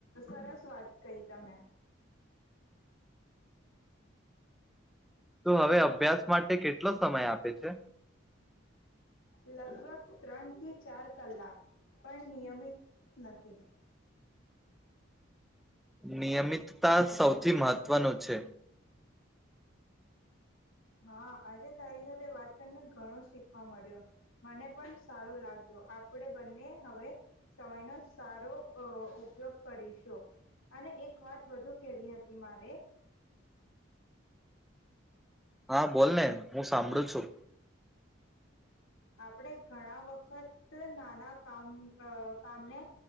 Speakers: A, on the left (about 85°); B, in the centre.
A: સરસ વાત કહી તમે
B: તો હવે અભ્યાસ માટે કેટલો સમય આપે છે
A: લગભગ ત્રણથી ચાર કલાક પણ નિયમિત નથી
B: નિયમિતતા સૌથી મહત્વનું છે
A: હા આજે તારી સાથે વાત કરીને ઘણું શીખવા મળ્યું મને પણ સારું લાગ્યો આપણેે બંને હવે સમયનો સારો ઉપયોગ કરીશું અને એક વાત વધુ કેવી હતી મારે
B: હા બોલને હું સાંભળું છું
A: આપણેે ઘણા વખત નાના કામ કામને